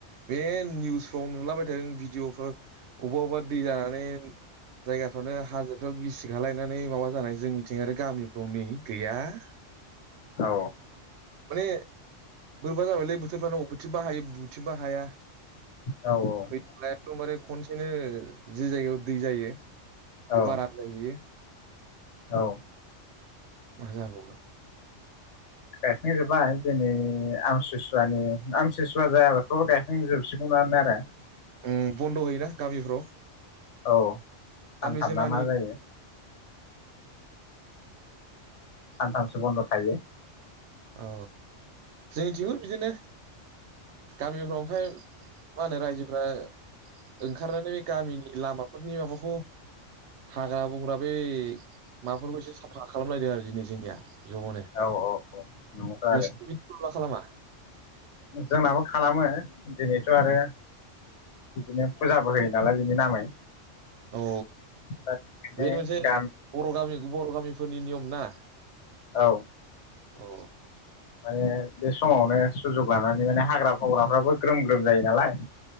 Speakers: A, on the right (about 70°); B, on the left (about 70°).
A: बे निउसफ्राव नुलाबाय थादों भिदिअफोर अबेबा- अबेबा दै जानानै जायगाफ्रानो हाजोफ्राव बिसि खालायनानै माबा जानानै जोंनिथिं आरो गामिफ्राव नै गैया। <inaudible>
B: औ।
A: माने बोरैबा जाबायलै बोथोरफ्रानो बबेथिंबा हायो बबेथिंबा हाया।
B: औ औ
A: फैलायथ'बारे खनसेनो जि जायगायाव दै जायो
B: औ
A: बे बाराद्राय जाहैयो।
B: औ
A: मा जाबावगोन?
B: गायखांजोब्बाय दिनै आमसुसुवानि -आमसुसुवा जायाबाथ' गायखां जोबसिगौमोन नो आरो।
A: अम बन्द' होयोना गामिफ्राव?
B: औ
A: सानबैसे
B: सानथामना
A: मानियो
B: मा जायो। सानथामसो बन्द' थायो।
A: औ जोंनिथिंबो बिदिनो। गामिफ्राव ओमफाय मा होनो रायजोफोरा ओंखारनानै बे गामिनि लामाफोरनि माबाखौ हाग्रा -बंग्रा बै माफोरखौ एसे साफा खालामलायदों आरो दिनै जोंनिया ज'नो।
B: औ औ नंगौथ' आरो
A: नोंसोरनि बिदि मा खालामा?
B: जोंनाबो खालामो दिनैथ' आरो बिदिनो फुजाबो होयो नालाय बिनि नामै।
A: औ
B: दा बेनो
A: बे मोनसे
B: गामि
A: बर' गामि -बर' गामि फोरनि नियम ना।
B: औ।
A: ओ
B: माने बे समावनो सुजुग लानानै माने हाग्रा- बंवग्राफ्राबो ग्रोम- ग्रोम जायो नालाय।